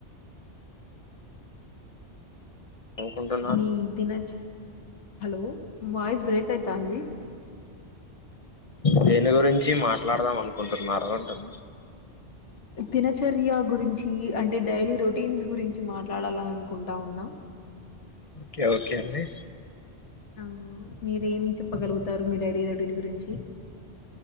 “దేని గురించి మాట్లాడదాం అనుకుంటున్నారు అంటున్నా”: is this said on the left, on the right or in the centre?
Left